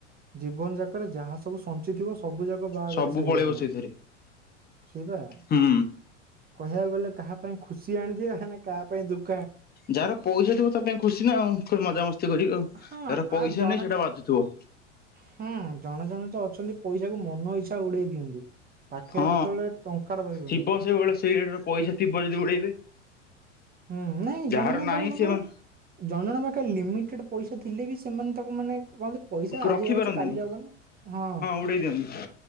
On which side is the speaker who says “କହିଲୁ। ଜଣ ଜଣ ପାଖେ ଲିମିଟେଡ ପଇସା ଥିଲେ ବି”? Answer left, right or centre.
Right